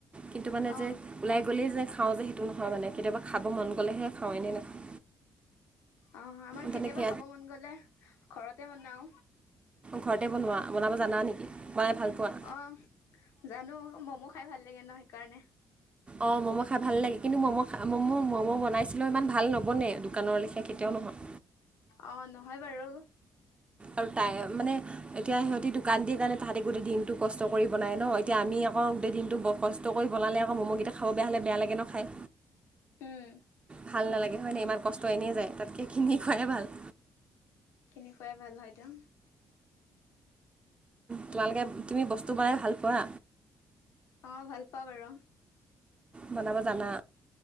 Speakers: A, on the right; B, on the left.
A: কিন্তু মানে
B: অ',
A: যে ওলাই গ'লেই যে। খাওঁ যে সেইটো নহয় মানে কেতিয়াবা খাব মন গ'লেহে খাওঁ এনেই নাখাওঁ।
B: অ আমাৰ
A: তেনেকৈ
B: কেতিয়াবা খাব মন গলে ঘৰতে বনাও
A: ঘৰতে বনোৱা বনাব জানা নেকি বনাই ভাল পোৱা।
B: অ', জানো ম'ম' খাই ভাল লাগে ন সেইকাৰণে
A: অ ম'ম' খাই ভাল লাগে কিন্তু ম'ম' খ মম' ম'ম' বনাইছিলো ইমান ভাল নবনে দোকানৰ লেখা কেতিয়াও নহয়।
B: অ নহয় বাৰু
A: আৰু তাই মানে এতিয়া সিহঁতি দোকান দি কাৰণে তাহাঁতে গোট দিনটো কষ্ট কৰি বনাই ন এতিয়া আমি আক অ গোটেই দিনটো বৰ কষ্ট কৰি বনালে আকৌ ম'ম'কেইটা খাব বেয়া হ'লে বেয়া লাগে ন খায়।
B: উম,
A: ভাল নালাগে হয় ন ইমান কষ্ট এনেই যায় তাতকে খিনি খুৱাই ভাল।
B: কিনি খুৱাই ভাল হয়টো।
A: তোমালোকে তুমি বস্তু বনাই ভাল পোৱা।
B: অ ভাল পাওঁ বাৰু
A: বনাব জানা।